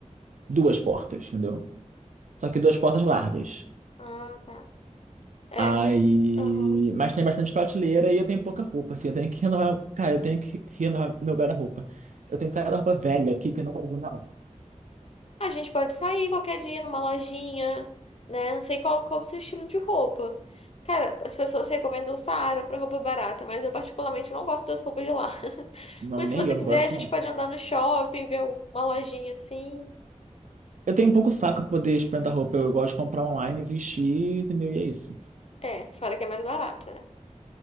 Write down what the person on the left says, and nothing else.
Ah, tá. É,
como... se- Aham.
A gente pode sair qualquer dia numa lojinha, né? Não sei qual, qual o seu estilo de roupa. Cara, as pessoas recomendam o Saara pra roupa barata, mas eu particularmente não gosto das roupas de lá. <laughs>
Mas
se você
quiser,
a gente
pode andar no shopping, ver alguma lojinha assim.
É, fora que é mais barato, né?